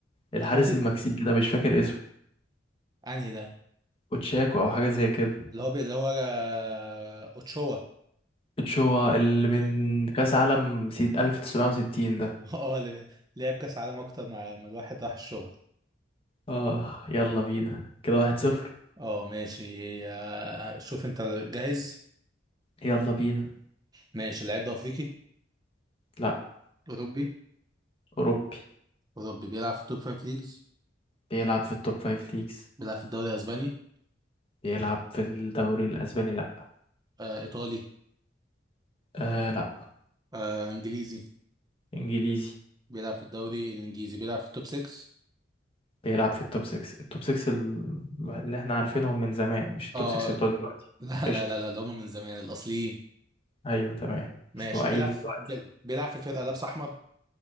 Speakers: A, on the left; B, on the right.
A: الحارس
B: هو في
A: المكسيكي ده مش فاكر اسمه
B: انهي ده
A: اوتشاكو او حاجه زي كده
B: اللي هو بي... اللي هو آه، اوتشوا
A: اتشوا اللي من
B: أوتشوا.
A: كاس عالم سي- 1960 ده
B: <laughs> اه اللي بي- لعب كأس عالم اكتر مع مع الواحد راح الشغل
A: اه يلا بينا كده واحد صفر
B: اه ماشي آه، شوف انت جاهز
A: يلا بينا
B: ماشي اللاعب ده افريقي
A: لا
B: أوروبي
A: اوروبي
B: أوروبي بيلعب في التوب فايف ليجز
A: بيلعب في التوب فايف ليجز
B: بيلعب في الدوري الأسباني
A: بيلعب في الدوري الاسباني لا
B: آه إيطالي
A: آه لا
B: آه إنجليزي
A: انجليزي
B: بيلعب في الدوري الإنجليزي بيلعب في التوب 6
A: بيلعب في التوب 6 التوب 6 ال- اللي احنا عارفينهم من زمان مش التوب
B: آه
A: 6
B: <laughs>
A: بتوع دلوقتي
B: لا
A: قشطة
B: لا لا لا اللي هم من زمان الأصليين
A: ايوه تمام
B: ماشي
A: بس واقعين
B: بيلعب في
A: دلوقتي
B: بيل- بيلعب في فرقة لابس أحمر